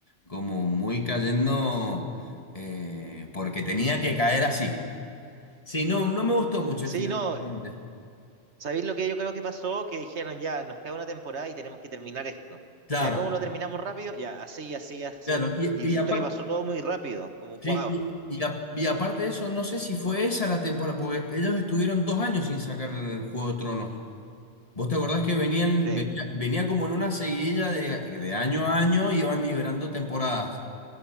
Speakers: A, on the left; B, on the right.
A: como muy cayendo, eh, porque tenía que caer así. Sí, no, no me gustó mucho
B: Sí,
A: el final.
B: no,
A: realmente.
B: ¿sabéis lo que yo creo que pasó? Que dijeron, ya, nos queda una temporada y tenemos que terminar esto.
A: Claro,
B: Ya, ¿cómo lo terminamos rápido? Ya, así, así, así.
A: claro. Y,
B: Y
A: y
B: siento
A: aparte,
B: que pasó todo muy rápido, como,
A: sí,
B: wow,
A: y, y a- y aparte de eso, no sé si fue esa la temporada, porque ellos estuvieron dos años sin sacar el Juego de Tronos. ¿Vos te acordás que venían,
B: sí,
A: venía, venía como en una seguidilla de, de año a año, iban liberando temporadas?